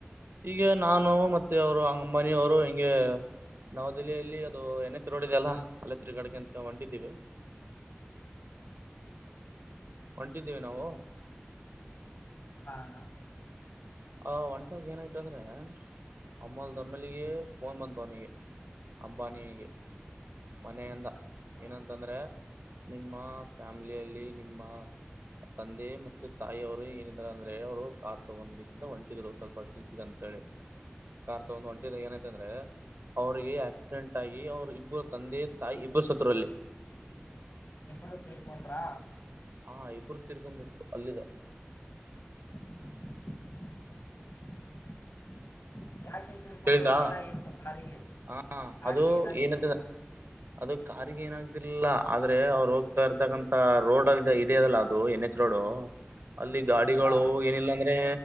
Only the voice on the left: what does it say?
ಹ್ಮ
ಹ ಅಣ್ಣ
ಹ
ಇಬ್ಬರು ತಿರೀಕೊಂಡ್ರ
ಹ <unintelligible> <unintelligible> ತಿಳ್ಕೊಂಡರು
ಏನಾಗಿತ್ತು ಕಾರಿಗೆ
ಕಾರಿಗೆ
ಏನಾಗಿತ್ತು
ಹಾ